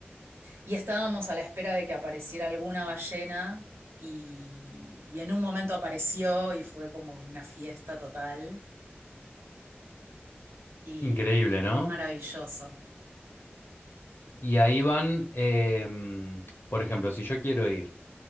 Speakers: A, on the right; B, on the left.
A: Y estábamos a la espera de que apareciera alguna ballena y, y en un momento apareció y fue como una fiesta total y
B: Increíble, ¿no?
A: es maravilloso.
B: Y ahí van, em, por ejemplo, si yo quiero ir.